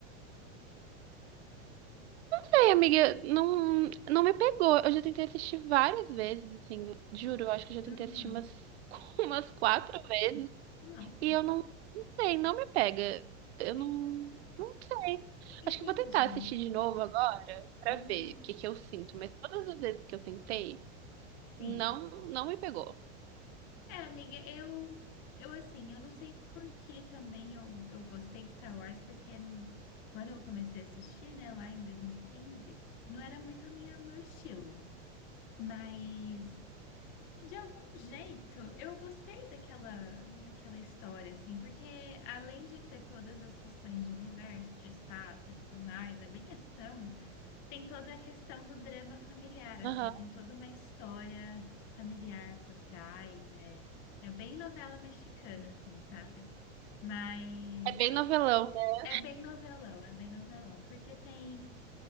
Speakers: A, on the right; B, on the left.
A: Ai, amiga, não, não me pegou. Eu já tentei assistir várias vezes, assim, juro, eu acho que eu já tentei
B: Uhum.
A: assistir umas, <laughs> umas quatro vezes.
B: Nossa,
A: E eu não, não sei, não me pega. Eu não,
B: en-
A: não sei.
B: entendi.
A: Acho que eu vou tentar assistir de novo agora pra
B: Uhum.
A: ver o que que eu sinto. Mas todas as vezes que eu tentei,
B: Sim.
A: não, não me pegou.
B: É, amiga, eu, eu assim, eu não sei por que também eu, eu gostei de Star Wars, porque n- quando eu comecei a assistir, né, lá em 2015, não era muito a minha, o meu estilo, mas de algum jeito eu gostei daquela, daquela história, assim, porque além de ter todas as questões de universo, de espaço e tudo mais, é bem ação, tem toda a questão do drama familiar, assim,
A: Aham.
B: tem toda uma história familiar por trás, é, é bem novela mexicana, assim, sabe? Mas
A: É bem
B: eu,
A: novelão, né?
B: é bem novelão, é bem novelão, porque tem